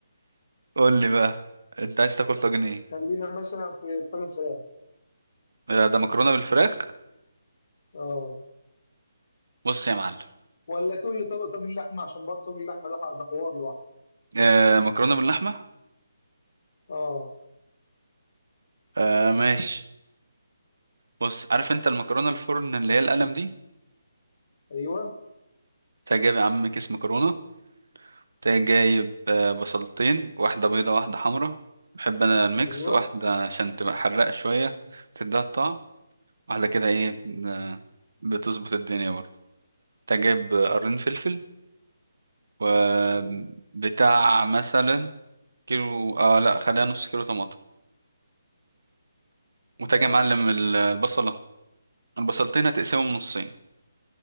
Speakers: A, on the right; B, on the left.
A: قول لي بقى انت عايز تاكل طاجن ايه
B: خلينا مثلا في طاجن فراخ
A: آه، ده مكرونة بالفراخ
B: اه
A: بص يا معلم
B: ولا تقول لي طب طاجن لحمة عشان برضه طاجن اللحمة ده ده حوار لوحده
A: آه مكرونة باللحمة
B: اه
A: آه ماشي بص عارف انت المكرونة الفرن اللي هي القلم دي
B: ايوه
A: تجيب جايب يا عم كيس مكرونة تجيب جايب آه بصلتين واحدة بيضة واحدة حمرا بحب انا الميكس
B: ايوه
A: واحدة عشان تبقى حرقة شوية تديها الطعم واحدة كده ايه آه، بتظبط الدنيا برضه تجيب جايب آه، قرن فلفل وبتاع
B: مم.
A: مثلا كيلو اه لا خليها نص كيلو طماطم وتجي
B: ماشي
A: يا معلم ال- البصلة البصلتين هتقسمهم نصين